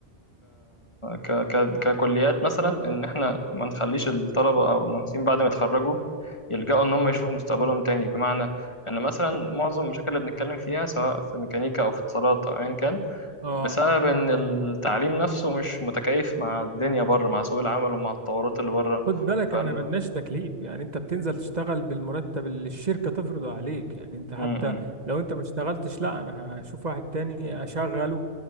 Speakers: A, on the left; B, on the right.
A: ك ك ككليات مثلا ان احنا ما نخليش الطلبه او المهندسين بعد ما يتخرجوا يلجأوا ان هم يشوفوا مستقبلهم تاني بمعنى ان مثلا معظم المشاكل اللي بنتكلم فيها سواء في ميكانيكا او في اتصالات او ايا كان
B: اه
A: بسبب ان التعليم نفسه مش متكيف مع الدنيا بره مع سوق العمل ومع التطورات اللي بره
B: خد بالك
A: ف
B: احنا ملناش تكليف يعني انت بتنزل تشتغل بالمرتب اللي الشركة تفرضه عليك يعني انت حتى
A: امم
B: لو انت ما اشتغلتش لا انا هشوف واحد تاني اشغله